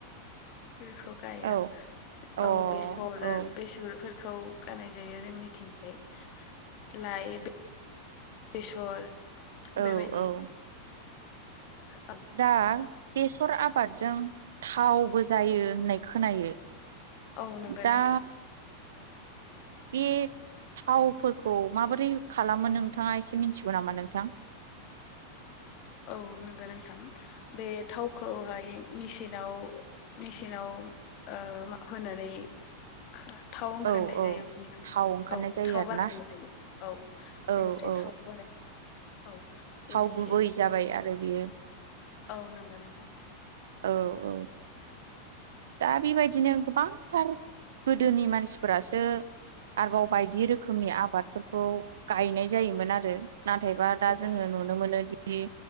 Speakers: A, on the left; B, on the right.
A: बेखौ गाया
B: औ अ
A: औ बेसर
B: औ
A: बेसरफोर खौ गाननाय जायो जोंनिथिंजाय। लाइ बेसर
B: औ
A: बेबायदि
B: औ।
A: औ
B: दा बेसर आबादजों थावबो जायो होननाय खोनायो
A: औ नंगौ
B: दा
A: नोंथां।
B: बे थावफोरखौ माबोरै खालामो नोंथाङा एसे मिथिगौ नामा नोंथां
A: औ नंगौ नोंथां। बे थावखौहाय मेसिनाव मेसिनाव ओ होनानै खा थाव ओंखारनाय
B: औ औ
A: जायो बेनिफ्राय
B: थाव ओंखारनाय
A: औ
B: जायो
A: थाव
B: आरोना
A: बानायनाय जायो औ
B: औ
A: बेनिफ्राय
B: औ
A: थाव बानाय औ। बिदि
B: थाव गुबै जाबाय आरो बियो।
A: औ नोंगौ नोंथां।
B: औ औ। दा बेबायदिनो गोबांथार गोदोनि मानसिफोरासो आरबाव बायदि रोखोमनि आबादफोरखौ गायनाय जायोमोन आरो। नाथायबा दा
A: औ
B: जोङो नुनो मोनोदि